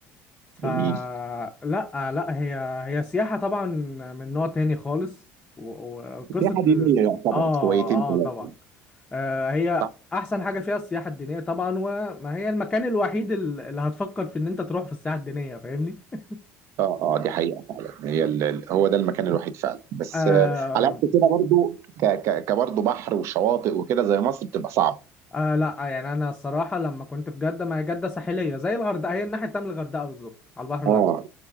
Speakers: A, on the left (about 15°); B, on the right (about 55°).
A: فلا
B: جميل
A: لا لأ، هي هي سياحة طبعا من نوع تاني خالص و- و- وقصة
B: سياحة دينية يعتبر
A: اه
B: شويتين
A: اه
B: ثلاثة
A: طبعا آه هي
B: صح؟
A: احسن حاجة فيها السياحة الدينية طبعا وما هي المكان الوحيد ال- اللي هتفكر في ان انت تروح في السياحة الدينية فاهمني <laughs>
B: اه اه دي حقيقة فعلا هي ال... ال- هو ده المكان الوحيد فعلا بس
A: آه
B: آه، على قد كده برضو ك... ك... كبرضو بحر وشواطئ وكده زي مصر بتبقى صعبة
A: آه لا يعني انا الصراحة لما كنت في جدة ما هي جدة ساحلية زي الغردقة هي الناحية التانية من الغردقة بالظبط على البحر
B: اه
A: الاحمر